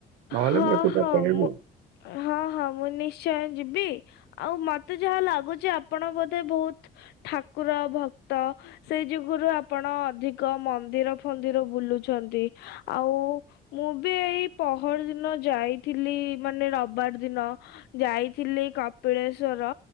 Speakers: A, on the right; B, on the left.
A: ନହେଲେ
B: ହଁ
A: ମୁଁ ଏକୁଟିଆ
B: ହଁ,
A: ପଳେଇବି।
B: ମୁଁ ହଁ ହଁ ମୁଁ ନିଶ୍ଚୟ ଯିବି। ଆଉ ମତେ ଯାହା ଲାଗୁଚି ଆପଣ ବୋଧେ ବହୁତ ଠାକୁର ଭକ୍ତ । ସେଇ ଯୁଗୁ ରୁ ଆପଣ ଅଧିକ ମନ୍ଦିର ଫନ୍ଦିର ବୁଲୁଚନ୍ତି। ଆଉ ମୁଁ ବି ଏଇ ପହର ଦିନ ଯାଇଥିଲି ମାନେ ରବିବାର ଦିନ ଯାଇଥିଲି କପିଳେଶ୍ଵର।